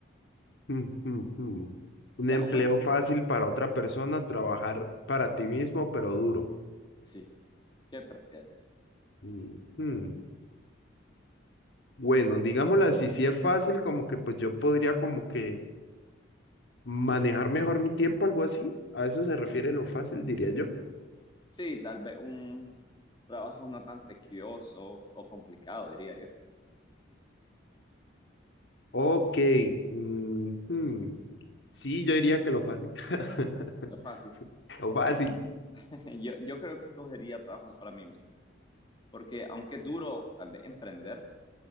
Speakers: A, on the left (about 65°); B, on the left (about 25°).
A: Hmm, hmm, hmm. Un
B: O sea,
A: empleo
B: un em-
A: fácil para otra persona, trabajar para ti mismo, pero duro.
B: sí, ¿qué prefieres?
A: Mm, hmm. Bueno, digámoslo así, si es fácil, como que pues yo podría como que manejar mejor mi tiempo, algo así. A eso se refiere lo fácil, diría yo.
B: Sí, tal vez un trabajo no tan tequioso o complicado, diría yo.
A: Ok, mm, hmm, Sí, yo diría que lo fácil. <laughs>
B: Lo fácil.
A: Lo fácil.
B: <laughs> Yo, yo creo que escogería trabajar para mí mismo, porque aunque es duro tal vez emprender,